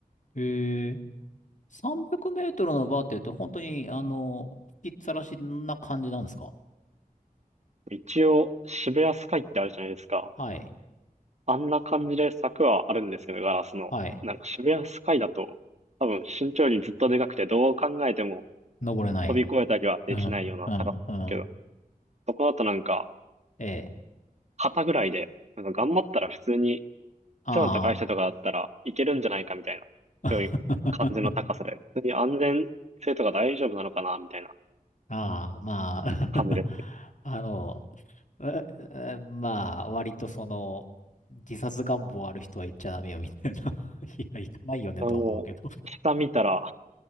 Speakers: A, on the left; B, on the right.
A: う。えー、300メートルのバーって言うと、本当に、あの、吹きっさらしな感じなんですか
B: 一応、渋谷スカイってあるじゃないですか。
A: はい。
B: あんな感じで柵はあるんですけど、ガラスの。
A: はい。
B: なんか渋谷スカイだと、多分身長よりずっとでかくて、どう考えても
A: 登れない。
B: 飛び越えたりはできないような高さだけど、
A: うん、うん、うん。
B: そこだとなんか、
A: ええ。
B: 肩ぐらいで、なんか頑張ったら普通に
A: あ
B: 背の高い人とかだったらいけるんじゃないかみたいな、
A: あ。
B: そういう感じの高さで、
A: <laughs>
B: 普通に安全性とか大丈夫なのかなみたいな
A: ああ、まあ。
B: 感じですね。
A: <laughs> あの、ええまあ、割とその、自殺願望ある人は行っちゃダメよ、みたいな。<laughs> いや、行かないよね、
B: あもう、
A: とは思うけど。
B: 下見たら、